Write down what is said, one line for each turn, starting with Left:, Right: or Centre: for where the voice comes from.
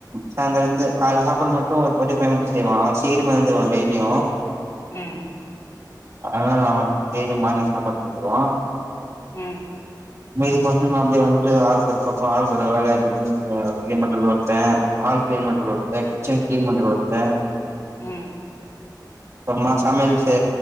Right: சாயந்தர வந்து கால சாப்பற மட்டு ஒரு பையன் மட்டு செய்வா அவ சீக்கிரமா எழுந்திருவா டெய்லியு
Left: ம்
Right: அதனால அவ டெய்லி மார்னிங் சாப்பாடு செஞ்சிருவா
Left: ம்
Right: மீதி பசங்க எல்லா அப்படியே வந்துட்டு <unintelligible> ஒரு பக்கம்ஹால் கு ஒரு வேலை பெட்ரூம் கிளீன் பண்றது ஒருத்த ஹால் கிளீன் பண்றது ஒருத்த கிச்சன் கிளீன் பண்றது ஒருத்த
Left: ம்
Right: அப்புறமா சமையல் செ